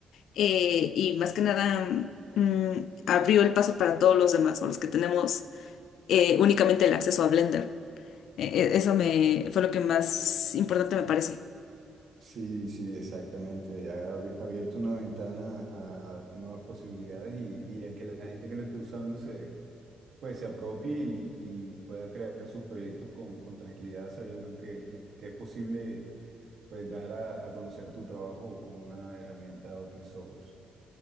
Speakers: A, on the left; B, on the right.
A: eh, y más que nada mm, abrió el paso para todos los demás o los que tenemos eh, únicamente el acceso a Blender. Eh, eh, eso me fue lo que más importante me parece.
B: Sí, sí, exactamente. Ha abi- abierto una ventana a, a nuevas posibilidades y, y a que la gente que lo esté usando se, pues, se apropie y, y pueda crear sus proyectos con, con tranquilidad, sabiendo que, que es posible pues, dar a, a conocer tu trabajo con una herramienta open source.